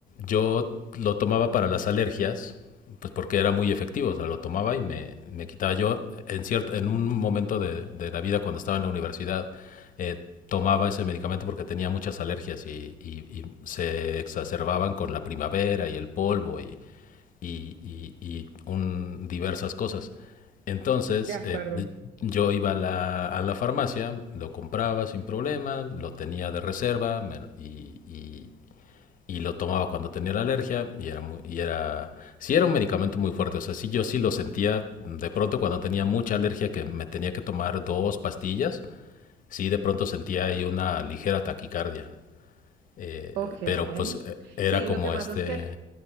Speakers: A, on the left; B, on the right.
A: yo lo tomaba para las alergias, pues porque era muy efectivo, o sea, lo tomaba y me, me quitaba. Yo en, cierto, en un momento de, de la vida cuando estaba en la universidad, eh, tomaba ese medicamento porque tenía muchas alergias y, y- y se exacerbaban con la primavera y el polvo y, y, y- y un- diversas cosas. Entonces,
B: de acuerdo.
A: eh, yo iba a la, a la farmacia, lo compraba sin problema, lo tenía de reserva me- y, y- y lo tomaba cuando tenía la alergia y era, muy- y era, sí era un medicamento muy fuerte, o sea, sí yo sí lo sentía de pronto cuando tenía mucha alergia que me tenía que tomar dos pastillas, sí de pronto sentía ahí una ligera taquicardia. Eh,
B: Ok.
A: pero pues eh, era
B: Sí,
A: como
B: lo que
A: este,
B: pasa es que